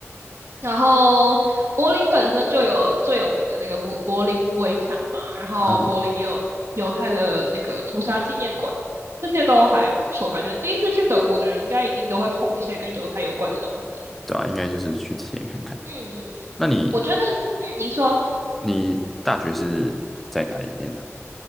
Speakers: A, on the right; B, in the centre.
A: 然后，柏林本身就有最有名的那个慕柏林围墙嘛，然后柏林也有犹太的那个屠杀纪念馆。
B: 嗯，
A: 这些都还不错，感觉第一次去德国的人应该一定都会碰一些跟犹太有关的东西。
B: 对啊，应该就是去体验看看。
A: 嗯嗯，
B: 那你
A: 我觉得，嗯，你说，
B: 你大学是在哪里念的？